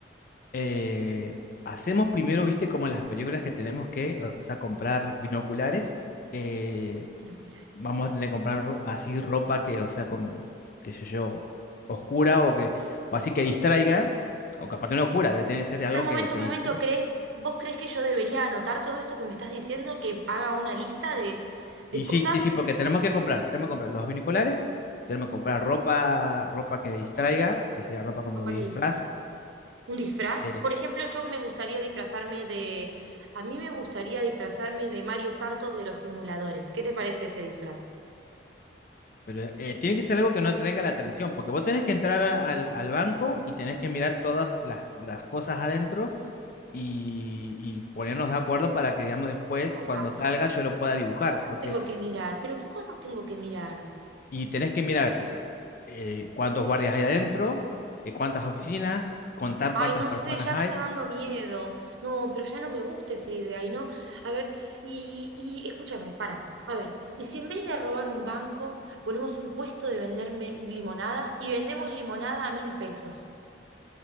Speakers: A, on the left; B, on the right.
A: Eh, hacemos primero, viste, como en las películas que tenemos que, o sea, comprar binoculares. eh,
B: Binoculares.
A: vamos a tener que comprar ro- así ropa que, o sea, con, qué sé yo, oscura o que, o así que distraiga, o capaz que no oscura, debe tener que ser algo
B: A ver, un
A: que,
B: momento,
A: que
B: un
A: distraiga.
B: momento, ¿crees, vos crees que yo debería anotar todo esto que me estás diciendo, que haga una lista de, de
A: Y
B: cosas?
A: sí, sí, sí, porque tenemos que comprar, tenemos que comprar los binoculares, tenemos que comprar ropa, ropa que distraiga, que sería ropa como
B: Ropa
A: disfraz,
B: que distraiga. Un disfraz.
A: eh,
B: Por ejemplo, yo me gustaría disfrazarme de... A mí me gustaría disfrazarme de Mario Santos de los simuladores. ¿Qué te parece ese disfraz?
A: pero eh, tiene que ser algo que no atraiga la atención, porque vos tenés que entrar a- al, al banco y tenés que mirar todas las, las cosas adentro y, y ponernos de acuerdo para que, digamos, después,
B: Cosas.
A: cuando salga, yo lo pueda dibujar,
B: Cosas
A: porque
B: tengo que mirar, pero ¿qué cosas tengo que mirar?
A: y tenés que mirar eh, eh, cuántos guardias hay adentro, eh, cuántas oficinas,
B: A ver.
A: contar
B: Ay,
A: cuántas
B: no
A: personas
B: sé, ya me
A: hay.
B: está dando miedo. No, pero ya no me gusta esa idea. Y no, a ver, y, y escúchame, para. A ver, ¿y si en vez de robar un banco, ponemos un puesto de venderme limonada y vendemos limonada a mil pesos?